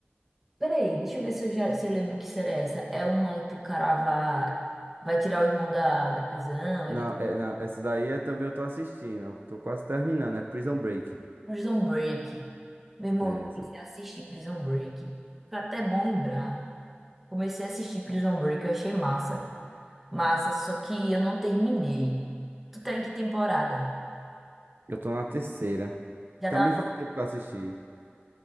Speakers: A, in the centre; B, on the right (about 60°).
A: Peraí, deixa eu ver se eu, já, se eu lembro que será essa. É uma que o cara vai, vai tirar o irmão da, da prisão,
B: Na,
A: ele...
B: é, na- essa daí é também eu tô assistindo, eu tô quase terminando, é Prison Break.
A: Prison Break. Meu irmão,
B: É,
A: eu comecei
B: essa-
A: a assistir Prison Break. Foi até bom lembrar. Comecei a assistir Prison Break, eu achei massa. Massa, só que eu não terminei. Tu tá em que temporada?
B: eu tô na terceira.
A: Já
B: Também
A: tá...
B: faz tempo que eu assisti.